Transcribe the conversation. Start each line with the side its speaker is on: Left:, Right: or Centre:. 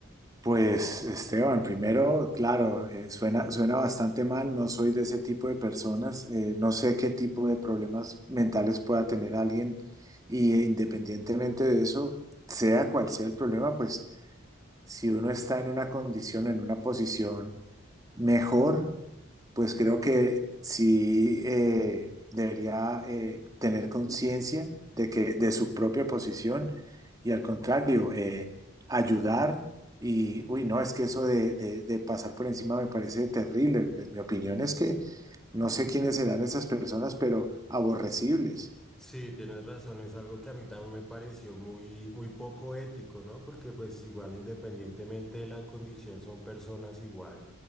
Right: Pues, Esteban, primero, claro, eh, suena, suena bastante mal. No soy de ese tipo de personas. eh, no sé qué tipo de problemas mentales pueda tener alguien. Y eh, independientemente de eso, sea cual sea el problema, pues si uno está en una condición, en una posición mejor, pues creo que sí eh, debería eh, tener conciencia de que de su propia posición y al contrario, eh, ayudar. Y, uy, no, es que eso de, de- de pasar por encima me parece terrible. Pues, mi opinión es que no sé quiénes serán esas personas, pero aborrecibles.
Centre: Sí, tienes razón, es algo que a mí también me pareció muy, muy poco ético, ¿no? Porque pues igual independientemente de la condición son personas igual,